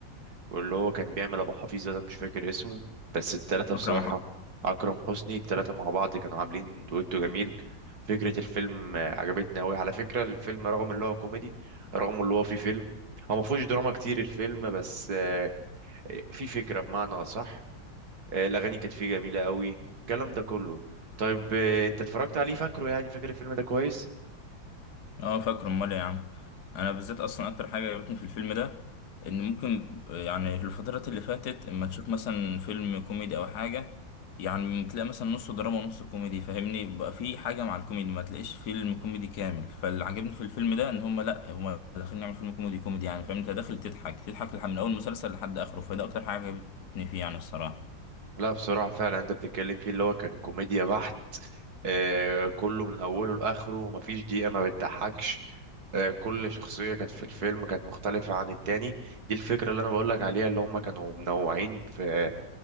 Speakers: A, on the right; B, on the left.
A: واللي هو كان بيعمل ابو حفيظه ده مش فاكر اسمه بس التلاتة بصراحه
B: أكرم حسني
A: اكرم حسني التلاتة مع بعض كانوا عاملين دويتو جميل فكره الفيلم آه، عجبتني قوي على فكره الفيلم رغم اللي هو كوميدي رغم اللي هو فيه فيلم هو ما فيهوش دراما كتير الفيلم بس آه، في فكره بمعنى اصح آه، الاغاني كانت فيه جميله قوي الكلام ده كله طيب آه، انت اتفرجت عليه فاكره يعني فاكر الفيلم ده كويس
B: اه فاكره امال إيه يا عم انا بالذات اصلا اكتر حاجه عجبتني في الفيلم ده ان ممكن يعني في الفترات اللي فاتت اما تشوف مثلا فيلم كوميدي او حاجه يعني تلاقي مثلا نص دراما ونص كوميدي فاهمني بقى في حاجه مع الكوميدي ما تلاقيش فيلم كوميدي كامل فاللي عجبني في الفيلم ده ان هم لا هم داخلين يعملوا فيلم كوميدي كوميدي يعني فاهم انت داخل تضحك تضحك لح- من اول مسلسل لحد اخره فده اكتر حاجه عجبتني فيه يعني الصراحه
A: لا بصراحة فعلا انت بتتكلم فيه اللي هو كان كوميديا بحت آه كله من اوله لاخره مفيش دقيقة ما بتضحكش آه، كل شخصية كانت في الفيلم كانت مختلفة عن التاني دي الفكرة اللي أنا بقولك عليها اللي هم كانوا منوعين في